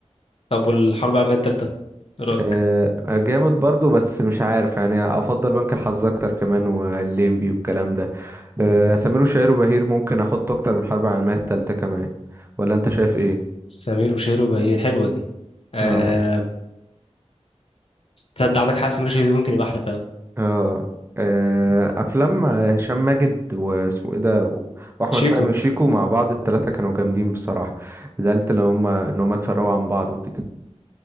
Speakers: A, on the left; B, on the right.
A: طب والحرب العالمية التالتة إيه رأيك
B: آه، جامد برضو بس مش عارف يعني افضل بنك الحظ اكتر كمان والليمبي والكلام ده آه، سمير وشهير وبهير ممكن احط اكتر من حرب العالمية التالتة كمان ولا انت شايف ايه
A: سمير وشهير وبهير حلوة دي آه،
B: اه
A: تصدق عندك حق سمير وشهير ممكن يبقى أحلى فعلا
B: اه آه، افلام هشام ماجد واسمه ايه ده واحمد
A: شيكو
B: فهمي وشيكو مع بعض التلاتة كانوا جامدين بصراحة زعلت لما هم ان هم اتفرقوا عن بعض وكده